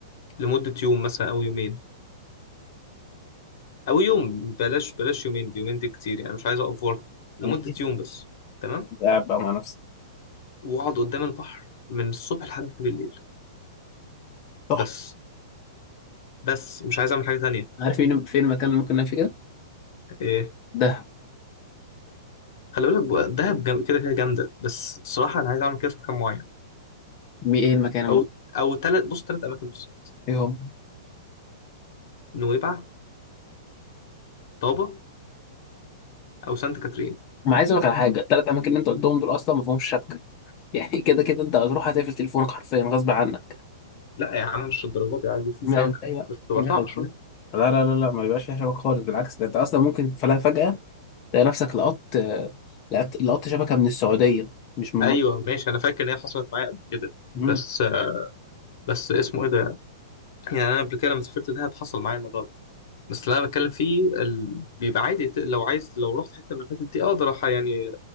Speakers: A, on the left; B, on the left.
A: لمده يوم مثلا او يومين او يوم بلاش بلاش يومين دي يومين دي كتير يعني مش عايز اوفر لمده
B: ماشي
A: يوم بس تمام
B: قاعد بقى مع نفسي
A: واقعد قدام البحر من الصبح لحد بالليل
B: صح
A: بس بس مش عايز اعمل حاجه تانية
B: عارف
A: فاهم
B: فين فين المكان اللي ممكن نعمل فيه كده؟
A: <laughs>
B: دهب
A: خلي بالك بقى، دهب جم- كده كده جامده بس الصراحه انا عايز اعمل كده في مكان معين
B: مي إيه المكان الم-
A: او او ثلاث بص ثلاث اماكن بالظبط
B: إيه هو؟
A: نويبع طابه او سانت كاترين
B: ما عايز اقول لك على حاجه الثلاث اماكن اللي انت قلتهم دول اصلا ما فيهمش شبكه <laughs> يعني كده كده انت هتروح هتقفل تليفونك حرفيا غصب عنك
A: لا يا عم مش الدرجات دي عادي في
B: ما
A: سمكه
B: ازاي بقى
A: بس تبقى
B: لا
A: صعبه
B: ازاي؟
A: شويه
B: لا لا لا لا ما بيبقاش فيها شبكة خالص بالعكس ده انت اصلا ممكن فلا فجأة تلاقي نفسك لقطت لقطت لقطت شبكة من السعودية مش من
A: ايوه
B: مصر
A: ماشي انا فاكر ان هي حصلت معايا قبل كده
B: مم.
A: بس بس اسمه ايه ده يعني انا قبل كده لما سافرت دهب حصل معايا الموضوع ده بس اللي انا بتكلم فيه ال... بيبقى عادي ت- لو عايز لو رحت حته من الحتت دي اقدر أح- يعني